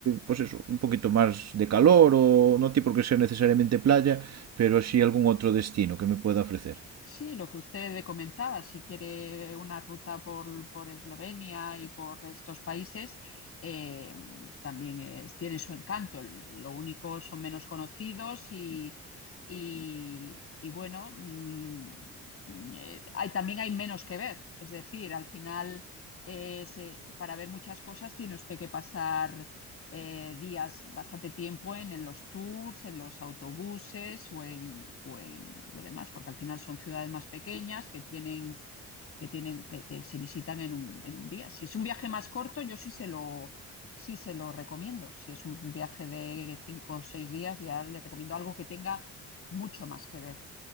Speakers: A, on the right (about 60°); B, on the left (about 50°).
A: pues eso, un poquito más de calor o no tiene por qué ser necesariamente playa, pero sí algún otro destino que me pueda ofrecer.
B: Sí, lo que usted comentaba, si quiere una ruta por, por Eslovenia y por estos países, eh, también es- tiene su encanto. Lo único son menos conocidos y, y- y bueno, mm, eh, hay, también hay menos que ver. Es decir, al final, eh, se- para ver muchas cosas tiene usted que pasar eh, días, bastante tiempo en, en, los tours, en los autobuses o en, o en, lo demás, porque al final son ciudades más pequeñas que tienen que tienen que, que se visitan en un, en un, día. Si es un viaje más corto, yo sí se lo sí se lo recomiendo. Si es un viaje de cinco o seis días, ya les recomiendo algo que tenga mucho más que ver.